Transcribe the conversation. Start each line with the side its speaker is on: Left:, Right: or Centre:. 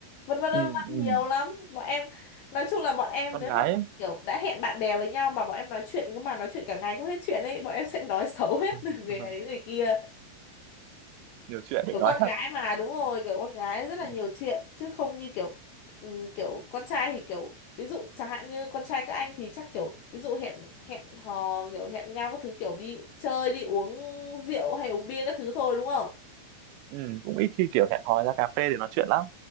Left: vân vân vân
Right: Ừ.
Left: vân
Right: Ừ.
Left: nhiều lắm bọn em nói chung là bọn em
Right: con
Left: nếu
Right: gái
Left: mà
Right: ấy.
Left: kiểu đã hẹn bạn bè với nhau mà bọn em nói chuyện cứ mà nói chuyện cả ngày không hết chuyện ấy bọn em sẽ nói xấu hết
Right: <laughs>
Left: từ người này đến người kia
Right: nhiều chuyện để
Left: kiểu
Right: nói
Left: con
Right: thật
Left: gái mà đúng rồi kiểu con gái rất là
Right: ừ.
Left: nhiều chuyện chứ không như kiểu ừm, kiểu con trai thì kiểu ví dụ chẳng hạn như con trai các anh thì chắc kiểu ví dụ hẹn hẹn hò kiểu hẹn nhau các thứ kiểu đi chơi đi uống rượu hay uống bia các thứ thôi đúng không
Right: Ừ. cũng ít khi kiểu hẹn hò ra cà phê để nói chuyện lắm